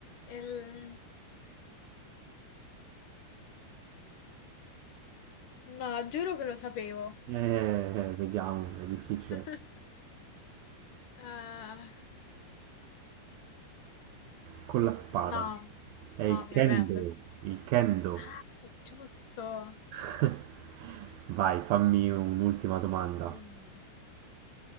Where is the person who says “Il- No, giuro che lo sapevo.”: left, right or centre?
Left